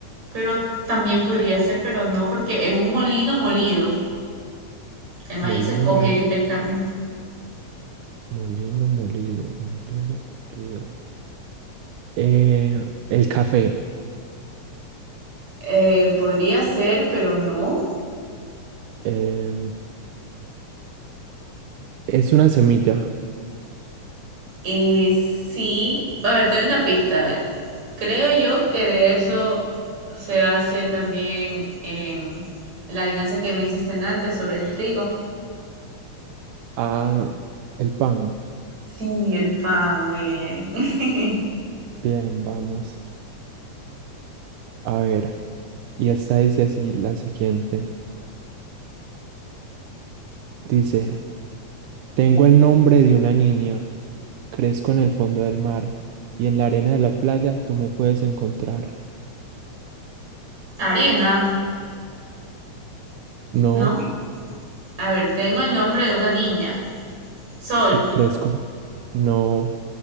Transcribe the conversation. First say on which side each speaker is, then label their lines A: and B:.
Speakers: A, on the right (about 60°); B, on the right (about 85°).
A: pero también podría ser, pero no, porque en un molino molido, el maíz
B: Molino,
A: se coge
B: mo-
A: Bueno, directamente.
B: molino molido, molino molido. Eh, el café.
A: Eh, podría ser, pero no.
B: eh, es una semilla.
A: Eh, sí, a ver, te doy una pista. Creo yo que de eso se hace también em, la adivinanza que me hiciste antes sobre el trigo.
B: Ah, el pan.
A: Sí, el pan, muy bien. <laughs>
B: Bien, vamos. A ver. Y esta dice así, la siguiente. Dice, tengo el nombre de una niña. Crezco en el fondo del mar y en la arena de la playa tú me puedes encontrar.
A: Arena,
B: No,
A: ¿no? A ver, tengo el nombre de una niña. Sol,
B: sí, crezco. No,